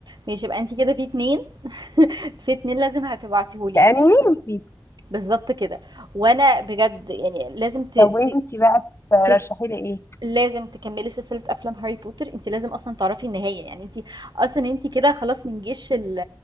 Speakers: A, on the right; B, on the left.
A: ماشي يبقى أنتِ كده في 2 <laughs> في 2 لازم هتبعتيه لي
B: لاني
A: ال
B: ميوزي
A: بالضبط كده. وأنا بجد يعني لازم ت
B: طب
A: ت
B: وانتي بقى ترشحي
A: ت
B: لي ايه
A: لازم تكملي سلسلة أفلام هاري بوتر أنتِ لازم أصلًا تعرفي النهاية، يعني أنتِ أصلًا أنتِ كده خلاص من جيش ال